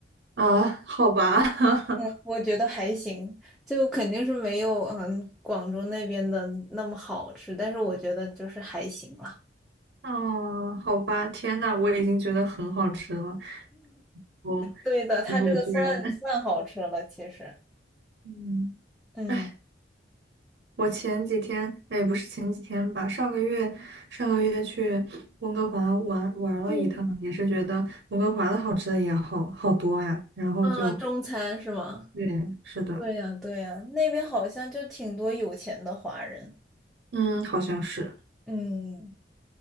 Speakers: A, on the right; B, in the centre.
A: 啊，好吧，<laughs>
B: 嗯，我觉得还行，就肯定是没有嗯广州那边的那么好吃，但是我觉得就是还行了。
A: 哦，好吧，天呐，我已经觉得很好吃了，我
B: 对的，它这个算算好吃了，
A: 结果居然，<laughs>
B: 其实，
A: 嗯。
B: 嗯，
A: 哎，我前几天，哎，不是前几天吧，上个月，上个月去温哥华玩玩了一趟，
B: 嗯，
A: 也是觉得温哥华的好吃的也好好多呀。然后就，
B: 啊，中餐是吗？
A: 对，是的，
B: 对呀，对呀，那边好像就挺多有钱的华人，
A: 嗯，好像是，
B: 嗯。